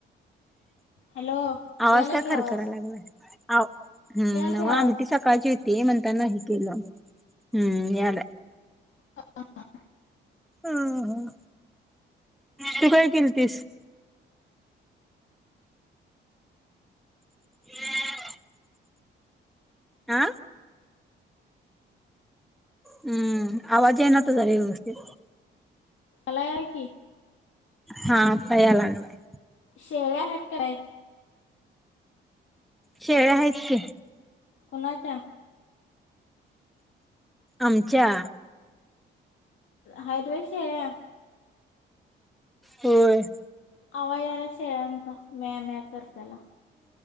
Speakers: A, on the left; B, in the centre.
A: हॅलो
B: आवाज
A: यायला
B: का
A: की
B: खरखराय
A: आवाज
B: लागलाय हम्म,
A: याल
B: नव्हं
A: की आवाज
B: आमटी सकाळची होती म्हणतान हे केलो. हम्म, यालाय.
A: हा हा.
B: ह ह तू काय केलतीस. हम <unintelligible> आ.. हम्म आवाजा येना तुझा वेवस्तीत.
A: अलाय आहे की.
B: हा. याय लागलाय.
A: शेळ्या हाईत की काय.
B: शेळ्या आहेत की.
A: कोणाच्या.
B: आमच्या.
A: हाईत व्हय शेळ्या.
B: होय.
A: आवाज यायलाय शेळ्यांचा म्या-म्या करत्याला.